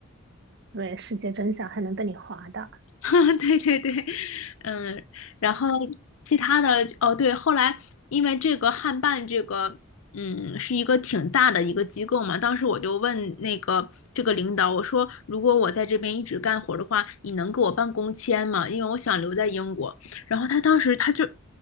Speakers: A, on the right; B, on the left.
A: 对，世界真相还能被你划到。
B: <laughs> 对对对，嗯，然后其他的哦，对，后来因为这个汉办这个，嗯，是一个挺大的一个机构嘛，当时我就问那个这个领导，我说如果我在这边一直干活的话，你能给我办工签吗？因为我想留在英国。然后他当时他就